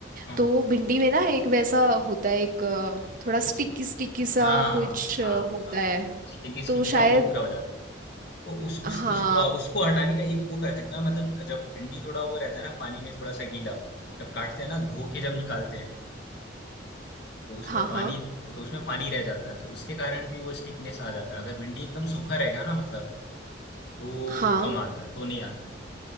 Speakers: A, on the left; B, on the right.
A: हाँ
B: तो भिंडी में ना एक वैसा होता है एक अ, थोड़ा स्टिकी स्टिकी सा
A: हाँ
B: कुछ अ,
A: हाँ
B: होता
A: हाँ
B: है
A: स्टिकी स्टिकी
B: तो शायद
A: सा वो पूरा हो जाता है वो उस, उस,
B: हाँ
A: उस, अ, उसको हटाने का एक वो कर सकते हैं मतलब जब भिंडी थोड़ा वो रहता है ना पानी में थोड़ा सा गीला जब काटते हैं ना धो के जब निकालते हैं तो उसमें
B: हाँ
A: पानी
B: हाँ
A: तो उसमें पानी रह जाता है तो उसके कारण भी वो स्टिकनेस आ जाता है अगर भिंडी एकदम सूखा रहेगा ना मतलब तो
B: हाँ
A: कम आता है तो नहीं आता है